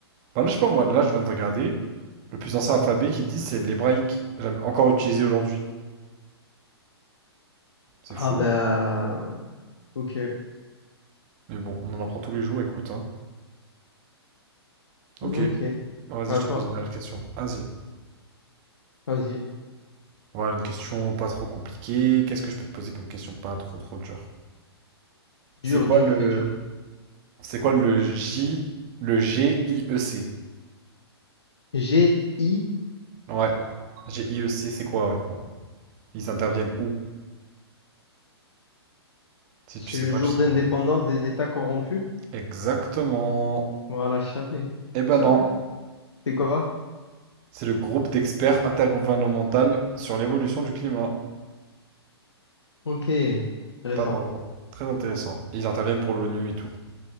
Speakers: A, on the right; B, on the left.
A: Bah là, je sais pas, moi, là, je viens de regarder. Le plus ancien alphabet qu'ils disent, c'est l'hébraïque. Jamais encore utilisé aujourd'hui. C'est
B: Ah
A: fou.
B: bah
A: hein.
B: ok,
A: Mais bon, on en apprend tous les jours, écoute, hein. Ok.
B: ok,
A: Bah, Vas-y,
B: à
A: je
B: toi,
A: te pose une dernière question. Vas-y.
B: vas-y.
A: Voilà, une question pas trop compliquée. Qu'est-ce que je peux te poser comme question pas trop, trop dure?
B: Dur,
A: C'est quoi
B: dur,
A: le...
B: fait dur.
A: C'est quoi le J... Le g i e c
B: G-I-E-C,
A: Ouais. g i e c c'est quoi, ouais? Ils interviennent où? Si
B: c'est
A: tu sais
B: le
A: pas,
B: jour
A: tu sais
B: d'indépendance
A: pas.
B: des États corrompus.
A: Exactement.
B: Voilà, je savais.
A: Eh ben
B: Je savais.
A: non,
B: C'est quoi?
A: c'est le groupe d'experts intergouvernemental sur l'évolution du climat.
B: Ok, intéressant.
A: Pas vraiment. Très intéressant. Ils interviennent pour l'ONU et tout.